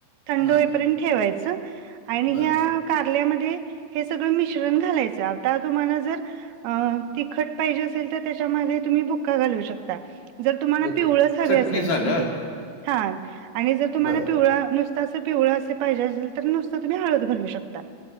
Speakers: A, on the right; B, on the left.
A: थंड
B: हं,
A: होईपर्यंत ठेवायचं. आणि
B: बरं.
A: ह्या कारल्याम ध्ये हे सगळं मिश्रण घालायच. आता तुम्हाला जर अ तिखट पाहिजे असेल, तर त्याच्यामध्ये तुम्ही बुक्का घालू शकता. जर तुम्हाला
B: बुक
A: पिवळच हवी
B: चटणीचा
A: असेल. म्हणजे
B: का?
A: हा. आणि जर तुम्हाला
B: बरं.
A: पिवळ नुस असं पिवळ अस पाहिजेल. तर नुसं तुम्ही हळद घालू शकता.